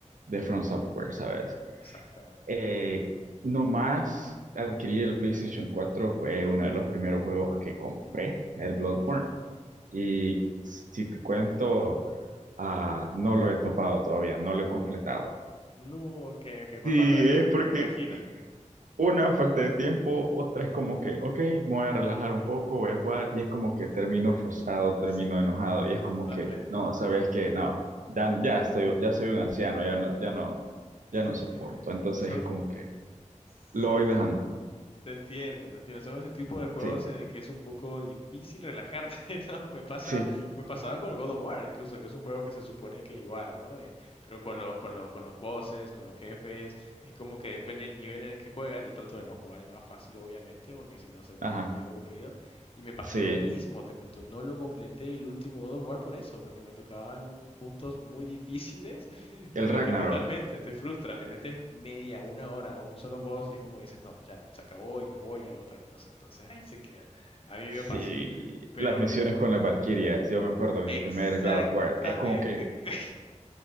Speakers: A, on the right; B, on the left.
A: de From Software, ¿sabes?
B: Exactamente.
A: Eh, nomás adquirí el PlayStation 4 fue uno de los primeros juegos que compré, el Bloodborne.
B: Ok.
A: Y si te cuento, ah, no lo he topado todavía, no lo he completado.
B: No, ok, ok, por
A: Sí,
B: falta de tiempo,
A: es porque
B: me imagino.
A: Una, falta de tiempo, otra es como que, ok, me voy a relajar un poco, voy a jugar, y es como que termino frustrado, termino
B: Sí,
A: enojado, y es como
B: totalmente.
A: que, no, sabes que, no, ya, ya estoy, ya soy un anciano, ya no, ya no, ya
B: <laughs>
A: no soporto, entonces
B: Son,
A: es como que
B: sí,
A: lo voy
B: sí.
A: dejando,
B: Te entiendo, te entiendo. Son ese tipo de juegos
A: sí,
B: en el que es un poco difícil relajarte, <laughs> ¿no? Me pasa,
A: sí,
B: me pasaba con el God of War, incluso, que es un juego que se supone que igual, ¿no? Eh, pero con los, con los, con los bosses, con los jefes, es como que depende del nivel en el que juegas. Yo trato de no jugar el más fácil, obviamente, porque si no se vuelve
A: ajá,
B: muy aburrido. Y me pasó
A: sí,
B: lo mismo, te cuento, no lo completé el último God of War por eso, porque me tocaban puntos muy difíciles <laughs> en
A: el Ragnarok,
B: el que totalmente te frustra, le metes media, una hora a un solo boss y es como dices, no, ya no, se acabó y me voy a otra cosa. Entonces ahí se queda. A mí me
A: sí,
B: pasó. Pero
A: las misiones con las Valquirias, yo me acuerdo en
B: exactamente,
A: el primer God of War, es como que,
B: <laughs>